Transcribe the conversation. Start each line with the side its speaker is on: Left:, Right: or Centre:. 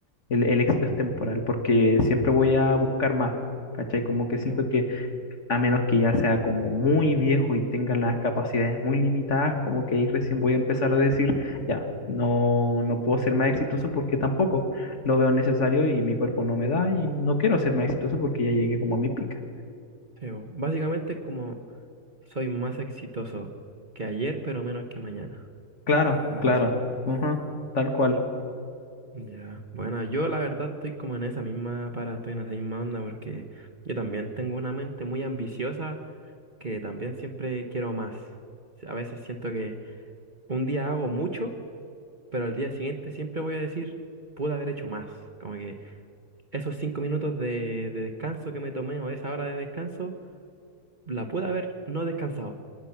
Left: el, el éxito es temporal, porque siempre voy a buscar más, ¿cachai? Como que siento
Right: sí, bo,
Left: que a menos que ya sea como muy viejo y tenga las capacidades muy limitadas, como que ahí recién voy a empezar a decir, ya, no, no puedo ser más exitoso porque tampoco lo veo necesario y mi cuerpo no me da y no quiero ser más exitoso porque ya llegué como a mi pica.
Right: sí, bo. Básicamente es como soy más exitoso que ayer, pero menos que mañana.
Left: Claro,
Right: Algo
Left: claro,
Right: así.
Left: ujú, tal cual.
Right: Ya. Bueno, yo la verdad estoy como en esa misma para, estoy en esa misma onda porque yo también tengo una mente muy ambiciosa que también siempre quiero más. A veces siento que un día hago mucho. pero al día siguiente siempre voy a decir, pude haber hecho más. Como que esos cinco minutos de, de descanso que me tomé o esa hora de descanso, la pude haber no descansado.